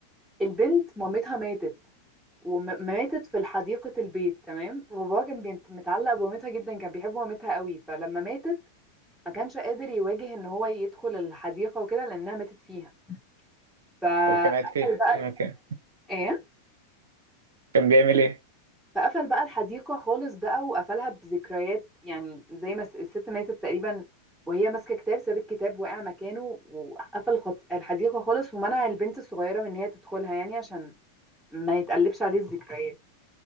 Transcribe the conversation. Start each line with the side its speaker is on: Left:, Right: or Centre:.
Centre: البنت مامتها ماتت وماتت في حديقة البيت تمام باباها كان بيت- متعلق بمامتها جدا كان بيحب مامتها قوي فلما ماتت ما كانش قادر يواجه ان هو يدخل الحديقة وكده لانها ماتت فيها فقفل
Right: هو كان قاعد فين؟
Centre: بقى
Right: في مكان
Centre: ايه
Right: كان بيعمل ايه؟
Centre: فقفل بقى الحديقة خالص بقى وقفلها بذكريات يعني زي ما الس- الست ماتت تقريبا وهي ماسكة كتاب ساب الكتاب وقع مكانه وقفل خط- الحديقة خالص ومنع البنت الصغيرة من ان هي تدخلها يعني عشان ما يتقلبش عليه الذكريات